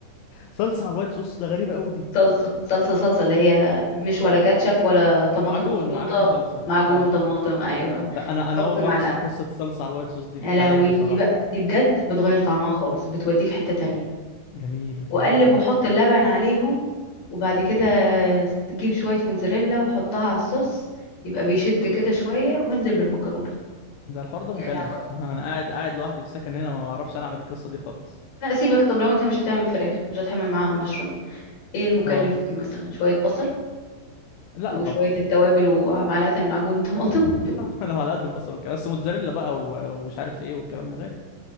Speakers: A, on the left (about 75°); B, on the left (about 50°).
A: صلصة على الوايت صوص ده غريبة قوي دي
B: صلصة صلصة صلصة اللي هي مش ولا كاتشب ولا طماطم
A: معجون
B: مخلوطة
A: معجون صلصة
B: معجون
A: اه
B: طماطم أيوة
A: لا انا انا
B: حط
A: اول
B: معلقة
A: مرة اسمع قصة الصلصة على الوايت صوص دي
B: يا
A: في
B: لهوي
A: حياتي صراحة
B: دي بقى دي بجد بتغير طعمها خالص بتوديه في حتة تانية
A: جميل
B: واقلب
A: جميل قوي
B: واحط
A: القصة
B: اللبن
A: دي
B: عليهم وبعد كده تجيب شوية موتزاريلا وحطها على الصوص يبقى بيشد كده شوية وانزل بالمكرونة
A: ده الحوار ده
B: يا
A: مكلف
B: لهوي
A: <laughs> انا قاعد قاعد لوحدي في السكن هنا ما بعرفش انا اعمل القصة دي خالص
B: لا سيبك طب لو انت مش هتعمل فراخ مش هتحمل معاهم مشروم ايه المكلف
A: اه
B: فيه مثلا شوية بصل
A: لا
B: وشوية
A: طبعا
B: التوابل ومعلقة المعجون طماطم
A: آه،
B: <laughs>
A: لا انا على قد البصل والكلام بس موتزاريلا بقى و- ومش عارف ايه والكلام ده غالي